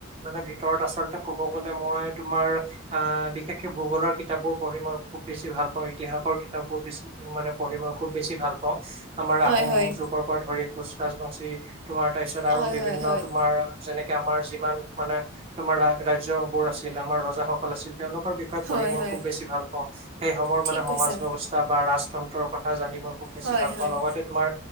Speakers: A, on the right; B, on the right.
A: মানে ভিতৰত আচলতে ক'ব গ'লে মই তোমাৰ বিশেষকে ভূগলৰ কিতাপবোৰ পঢ়ি মই খুব বেছি ভাল পাওঁ ইতিহাসৰ কিতাপবোৰ মানে পঢ়িব খুব বেছি ভাল পাও আমাৰ
B: হয়
A: আহোম
B: হয়
A: যুগৰ পৰা ধৰি কোচ ৰাজবংশী তোমাৰ তাৰপিছত
B: হয়
A: আৰু বিভিন্ন
B: হয় হয়
A: তোমাৰ যেনেক আমাৰ যিমান মানে তোমাৰ ৰাজ্য বোৰ আছিল আমাৰ ৰজাসকল আছিল তেওঁলোকৰ বিষয়ে পঢ়ি
B: হয়
A: মই
B: হয়
A: খুব বেছি ভাল পাওঁ সেই সময় মানে
B: ঠিক
A: সমাজ
B: কৈছা
A: ব্যৱস্থা বা ৰায তন্ত্ৰৰ কথা জানি মই খুব বেছি
B: হয়
A: ভাল
B: হয়
A: পাওঁ লগতে তোমাৰ